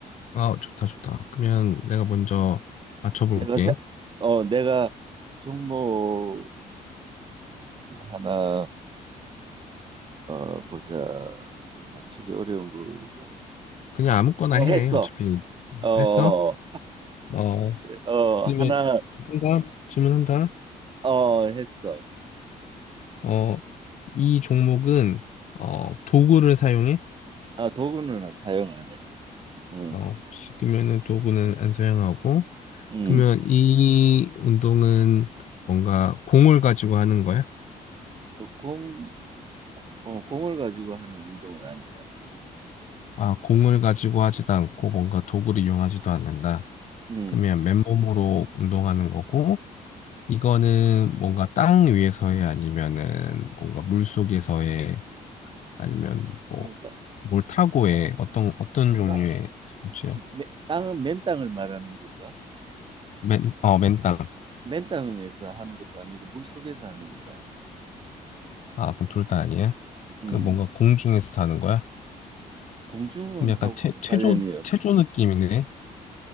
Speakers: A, on the left (about 60°); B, on the right (about 35°).
A: 아, 좋다, 좋다. 그러면 내가 먼저 맞춰볼게.
B: 내가 세- 어 내가 종목을 하나 어 보자 좀 맞추기 어려운 걸로
A: 그냥 아무거나
B: 어
A: 해.
B: 했어
A: 어차피
B: 어어
A: 했어? 어,
B: <laughs>
A: 그러면
B: 하나
A: 한다? 질문한다?
B: 어 했어
A: 어, 이 종목은 어, 도구를 사용해?
B: 아 도구는 사용 안 해. 응.
A: 어, 혹시 그러면은 도구는 안 사용하고
B: 응.
A: 그러면 이 운동은 뭔가 공을 가지고 하는 거야?
B: 어, 공, 어, 공을 가지고 하는 운동은 아니야.
A: 아, 공을 가지고 하지도 않고 뭔가 도구를 이용하지도 않는다.
B: 응.
A: 그러면 맨몸으로 운동하는 거고, 이거는
B: 응.
A: 뭔가 땅 위에서의 아니면은 뭔가 물 속에서의 아니면 뭐
B: 어, 딱,
A: 뭘 타고의
B: 딱,
A: 어떤 어떤
B: 어,
A: 종류의
B: 딱,
A: 스포츠야?
B: 맨- 땅은 맨 땅을 말하는 건가?
A: 맨, 어, 맨땅.
B: 맨 땅에서 하는 것도 아니고 물 속에서 하는 것도 아니야.
A: 아, 그럼 둘 다 아니야?
B: 응.
A: 그 뭔가 공중에서 하는 거야?
B: 공중은하고는
A: 그럼 약간 체, 체조
B: 관련이 없어.
A: 체조 느낌이네.